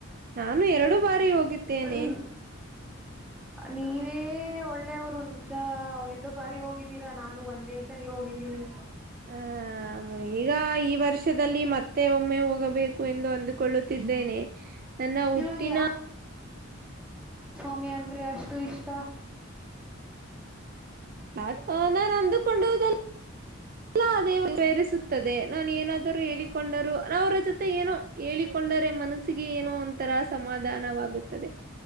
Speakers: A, on the right; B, in the centre.
A: ನಾನು ಎರಡು ಬಾರಿ ಹೋಗ ತ್ತನೆ
B: ಇನ್ ನೀವೇ ಒಳ್ಳೆಯವರು ನಿಜ ಎರಡ ಬಾರಿ ಹೋಗಿದ್ದೀರಾ ನಾನು ಒಂದೇ ಸರಿ ಹೋಗಿದ್ದೀ ಇನಿ
A: ಹ ಈಗ ಈ ವರ್ಷದಲ್ಲಿ ಮತ್ತೆ ಒಮ್ಮೆ ಹೋಗಬೇಕು ಎಂದು ಒಂದು ಕೊಳ್ಳುತ್ತಿದ್ದೇನೆ ನನ್ನ ಹುಟ್ಟಿನ
B: ನಿಮಗೆ ಕಮ್ಮಿ ಅಂದರೆ ಅಷ್ಟು ಇಷ್ಟ
A: ನಾನ್ ಅಂದುಕೊಂಡ ಹೋದಲ್ಲ ಅಲ್ಲ ಅದೇ ಪ್ರರಿಸುತ್ತದೆ ನಾನ ಏನಾದ್ರು ಹೇಳ ಕೊಂಡರು ನ ಅವರ ಜೊತೆ ಏನೋ ಹೇಳಿಕೊಂಡರೆ ಮನಸ್ಸಿಗೆ ಏನೋ ಒಂತರ ಸಮಾಧಾನವಾಗುತ್ತದೆ